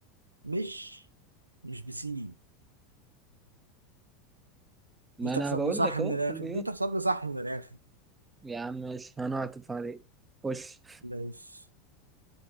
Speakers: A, on the right (about 80°); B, on the right (about 15°).
A: مش مش بسي
B: ما
A: دي تحسب
B: انا بقول
A: لي صح
B: لك
A: من
B: اهو
A: الاخر
B: كمبيوتر
A: دي تحسب لي صح من الاخر
B: يا عم ماشي هنعطف عليك خش
A: ماشي